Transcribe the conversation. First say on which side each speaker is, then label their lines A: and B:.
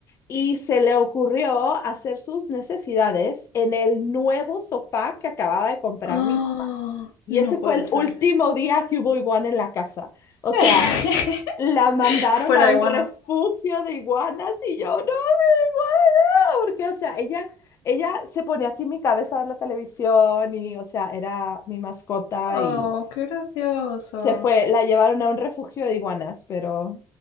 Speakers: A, on the left; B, on the left.
A: Y se le ocurrió hacer sus necesidades en el nuevo sofá que acababa de comprar
B: Oh,
A: mi mamá. Y
B: no
A: ese fue
B: puede
A: el
B: ser.
A: último día que hubo iguana en la casa. O
B: <laughs>
A: sea, la mandaron
B: fuera
A: a
B: de
A: un
B: guana.
A: refugio de iguanas y yo, no, igual, porque, o sea, ella, ella se ponía aquí en mi cabeza a ver la televisión y, o sea, era mi mascota
B: Oh,
A: y
B: qué gracioso.
A: se fue, la llevaron a un refugio de iguanas, pero